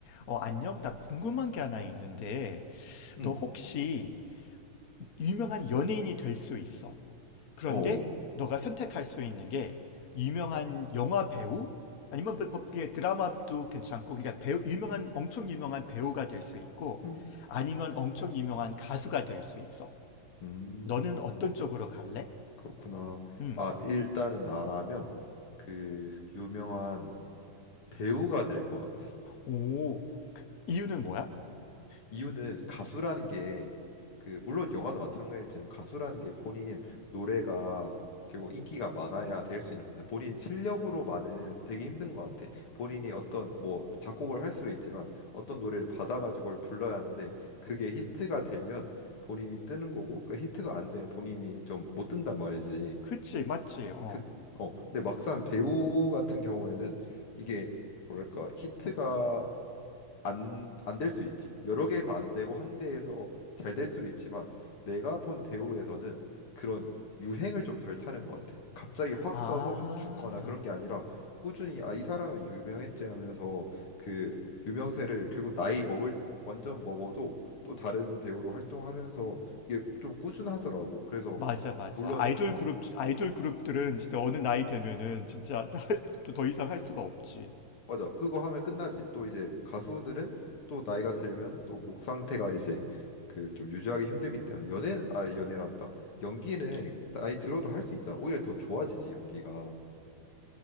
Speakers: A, on the left; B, on the left.
A: 어, 안녕. 나 궁금한 게 하나 있는데,
B: 음,
A: 너 혹시 유명한 연예인이 될 수 있어. 그런데
B: 어,
A: 너가 선택할 수 있는 게 유명한 영화 배우? 아니면 뭐, 뭐, 그게 드라마도 괜찮고, 그러니까 배우, 유명한,
B: 음,
A: 엄청 유명한 배우가 될 수 있고,
B: 음,
A: 아니면 엄청 유명한 가수가 될 수 있어.
B: 음,
A: 너는 어떤 쪽으로 갈래?
B: 그렇구나.
A: 음.
B: 아, 일단은 나라면 그 유명한 배우가 될 것 같아.
A: 오, 그 이유는 뭐야?
B: 이유는 가수라는 게 그 물론 영화도 마찬가지지만 가수라는 게 본인 노래가 결국 인기가 많아야 될 수 있는 거잖아. 본인 실력으로만은 되게 힘든 것 같아. 본인이 어떤 뭐 작곡을 할 수도 있지만 어떤 노래를 받아가지고 그걸 불러야 하는데 그게 히트가 되면 본인이 뜨는 거고 그 히트가 안 되면 본인이 좀 못 뜬단 말이지.
A: 그치, 맞지, 어.
B: 그, 어, 근데 막상 배우 같은 경우에는 이게 뭐랄까 히트가 안, 안 될 수 있지. 여러 개에서 안 되고 한 대에서 잘 될 수도 있지만 내가 본 배우에서는 그런 유행을 좀 덜 타는 것 같아. 갑자기 확
A: 아.
B: 떠서 확 죽거나 그런 게 아니라 꾸준히 아, 이 사람은 유명했지 하면서 그 유명세를 결국 나이 먹을 완전 먹어도 또 다른 배우로 활동하면서 이게 좀 꾸준하더라고. 그래서
A: 맞아, 맞아.
B: 물론
A: 아이돌
B: 어,
A: 그룹, 아이돌 그룹들은 진짜 어느 나이 되면은 진짜 할 수- 또더 이상 할 수가 없지.
B: 맞아. 그거 하면 끝나지. 또 이제 가수들은 또 나이가 들면 또 목 상태가 이제 그 좀 유지하기 힘들기 때문에 연애 아 연애란다. 연기는 나이 들어도 할 수 있잖아. 오히려 더 좋아지지 연기가.